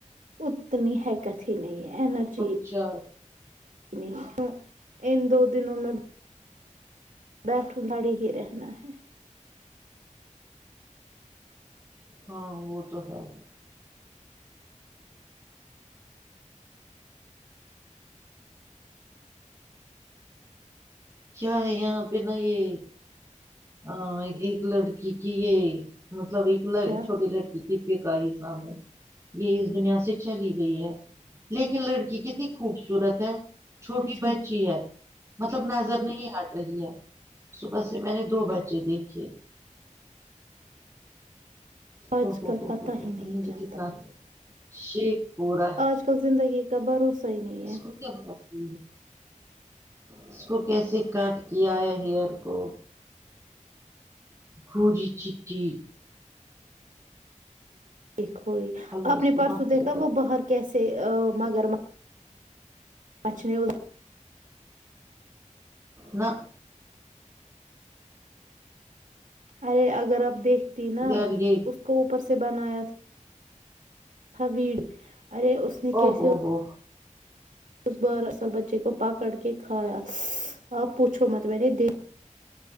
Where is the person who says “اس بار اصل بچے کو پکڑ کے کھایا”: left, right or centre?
Right